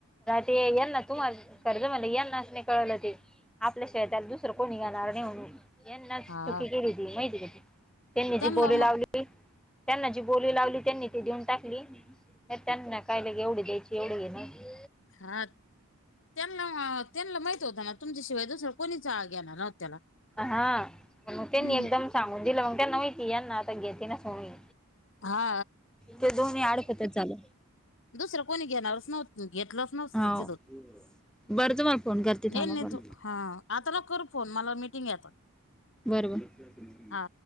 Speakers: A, in the centre; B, on the left.
A: ते यांना तुम्हाला कळल, मला यांना अस नाही कळलं ते आपल्याशिवाय त्याला दुसरा कोणी घेणार नाही म्हणून. यांनाच
B: हा
A: चुकी केली ती माहिती का त्यांनी जी
B: त्यांना
A: बोरी
B: मग
A: लावली त्यांना जी बोली लागली त्यांनी ती देऊन टाकली तर त्यांना काय एवढी द्यायची एवढी नाही.
B: हा. त्यांना माहीत होतं का तुमच्या शिवाय दुसरा कोणीच घेणार नाही त्याला.
A: हा त्यांनी
B: हम्म
A: एकदमच सांगून दिला मग त्यांना माहीत होतं हे घेतील म्हणून.
B: हा
A: ते दोन्ही अडखतं चाल.
B: दुसरा कोणी तिथे घेणारच नव्हता घेतलं नसतं
A: हो
B: तिथं.
A: बरं तुम्हाला फोन करते थांबा
B: येईल
A: पण
B: तो ह आता नको करू फोन मला मिटींग हे आता.
A: बरं बरं.
B: हा.